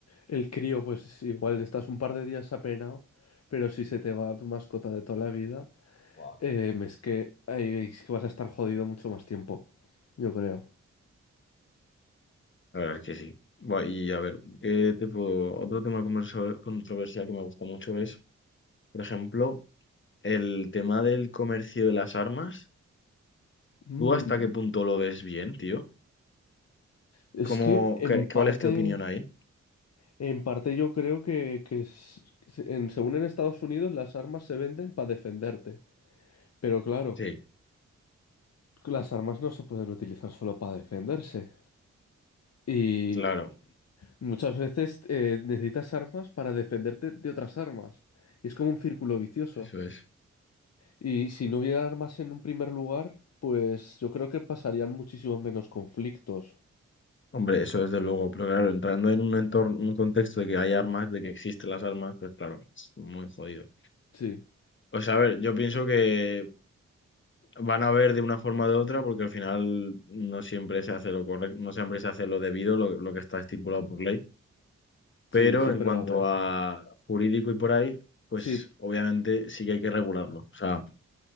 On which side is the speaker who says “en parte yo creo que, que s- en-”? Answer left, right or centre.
Left